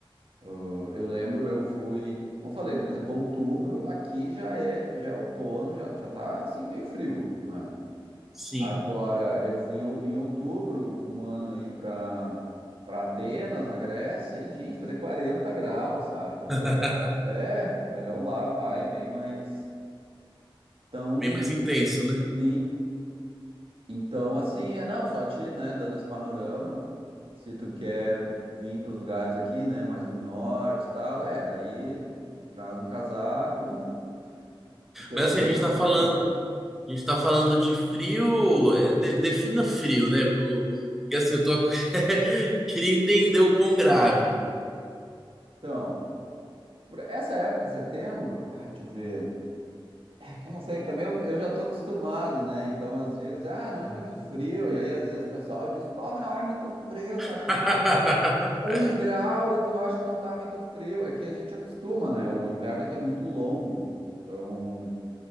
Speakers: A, on the right (about 75°); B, in the centre.
A: eu eu lembro, eu fui, como eu falei, né? Por exemplo, outubro aqui já é, tipo, já é outono, já, já tá assim meio frio, né?
B: sim.
A: Agora, eu fui em, ou- em outubro, um ano aí para para Atenas, na Grécia, e, gente, fazer 40 graus, sabe? Então, o
B: <laughs>
A: verão, é, o verão lá vai bem mais tão,
B: Bem mais intenso, né?
A: sim. Então, assim, é, não, só te, né, dando esse panorama, se tu quer vir para os lugares aqui, né, mais no norte e tal, é, daí traz um casaco, <laughs> em setembro
B: Mas assim, a gente
A: vai precisar.
B: tá falando, a gente tá falando de frio, é, de- defina frio, né? Pro- Porque assim, eu tô ac- <laughs> queria entender o quão grave.
A: Então, por essa época, setembro, ah, deixa eu ver. É que eu não sei, que também eu, eu já tô acostumado, né? Então, às vezes, ah, não
B: Uhum.
A: é muito frio. E aí, às vezes, o pessoal diz, pô, mas não é muito frio,
B: <laughs>
A: sabe? Tipo, um grau e tu acha que não tá muito frio. É que a gente acostuma, né? O inverno aqui é muito longo. Então,